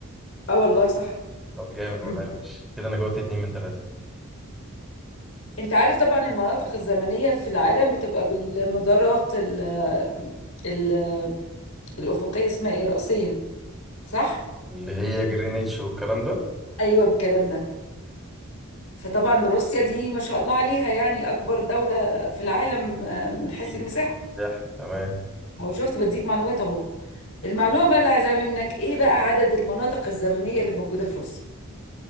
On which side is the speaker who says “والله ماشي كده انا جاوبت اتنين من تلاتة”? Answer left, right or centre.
Centre